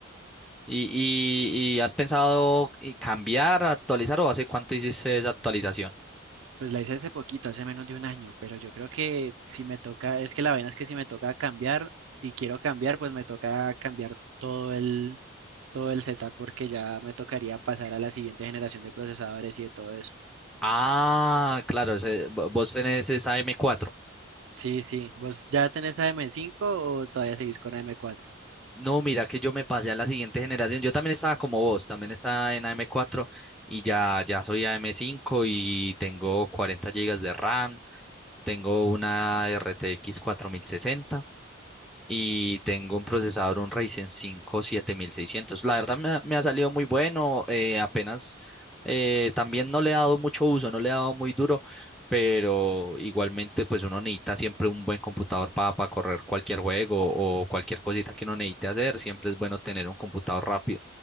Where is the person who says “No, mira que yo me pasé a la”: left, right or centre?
Centre